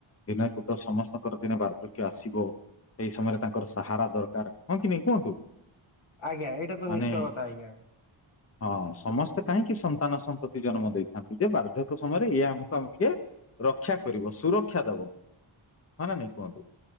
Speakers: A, on the left; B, on the left.
A: ପିଲାଙ୍କୁ ତ ସମସ୍ତଙ୍କର ଦିନେ ବାର୍ଦ୍ଧକ୍ୟ ଆସିବ ସେଇ ସମୟରେ ତାଙ୍କର ସାହାରା ଦରକାର ହଁ କି ନାଇଁ କୁହନ୍ତୁ।
B: ଆଜ୍ଞା ଏଇଟା ତ
A: ମାନେ
B: ନିଶ୍ଚୟ କଥା ଆଜ୍ଞା।
A: ହଁ ସମସ୍ତେ କାହିଁକି ସନ୍ତାନ ସନ୍ତତି ଜନ୍ମ ଦେଇଥାନ୍ତି ଯେ ବାର୍ଦ୍ଧକ୍ୟ ସମୟରେ ଇୟେ ଆମକୁ ଆମ ଟିକେ ରକ୍ଷା କରିବ ସୁରକ୍ଷା ଦବ ହ ନ ନାଇଁ କୁହନ୍ତୁ।